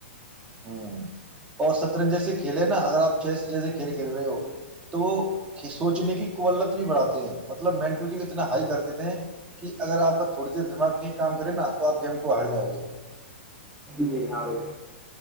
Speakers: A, on the right; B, in the centre.
A: ہ اور سترنج جیس کھیلے نا اگر آپ چیس جیسے کھیل کھیل رہے ہو تو وہ سوچنے کی کوولت بھی بڑھاتے ہیں مطلب مینٹلٹی اتنا ہائی کر دیتے ہیں کہ اگر آپ کا تھوڑی دیر دماغ میں کام کرے نا تو آپ گیم کو ہار جاؤ گے
B: جی ہاں بالکل